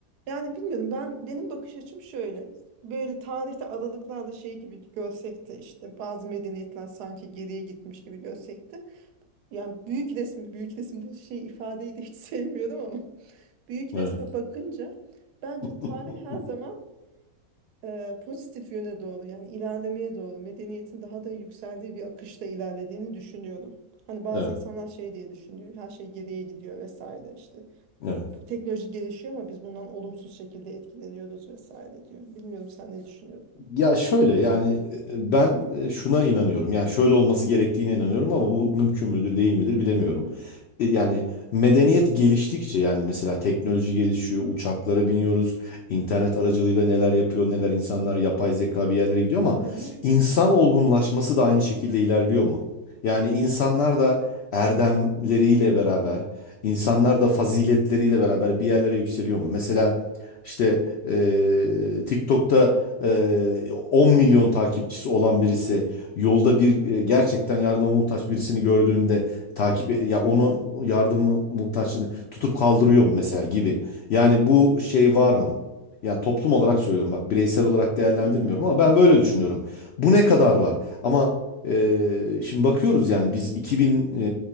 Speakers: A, on the right; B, on the left.
A: Yani bilmiyorum ben benim bakış açım şöyle böyle tarihte aralıklarla şey gibi görsek de işte bazı medeniyetler sanki geriye gitmiş gibi görsek de yani büyük resmi büyük resim bu şey ifadeyi de hiç <laughs> sevmiyorum ama büyük
B: Evet.
A: resme bakınca bence
B: <laughs>
A: tarih her zaman e, pozitif yöne doğru yani ilerlemeye doğru medeniyetin daha da yükseldiği bir akışta ilerlediğini düşünüyorum. Hani bazı
B: Evet.
A: insanlar şey diye düşünüyor her şey geriye gidiyor vesaire işte
B: Evet.
A: bu teknoloji gelişiyor ama biz bundan olumsuz şekilde etkileniyoruz vesaire diyor. Bilmiyorum sen ne düşünüyorsun?
B: Ya şöyle yani e, ben e, şuna inanıyorum. Yani şöyle olması gerektiğine inanıyorum ama bu mümkün müdür değil midir bilemiyorum.
A: Hı hı,
B: E, Yani medeniyet geliştikçe yani mesela teknoloji gelişiyor, uçaklara biniyoruz, internet aracılığıyla neler yapıyor, neler insanlar yapay zeka bir yerlere gidiyor ama
A: hı hı,
B: insan olgunlaşması da aynı şekilde ilerliyor mu? Yani insanlar da erdemleriyle beraber, insanlar da faziletleriyle beraber bir yerlere yükseliyor mu? Mesela işte e, TikTok'ta e, 10 milyon takipçisi olan birisi yolda bir e, gerçekten yardıma muhtaç birisini gördüğünde takip ya onu yardımı muhtaçlığını tutup kaldırıyor mu mesela gibi. Yani bu şey var mı? Yani toplum olarak söylüyorum bak bireysel olarak değerlendirmiyorum
A: hı hı.
B: ama ben böyle düşünüyorum. Bu ne kadar var? Ama e, şimdi bakıyoruz yani biz 2000 e,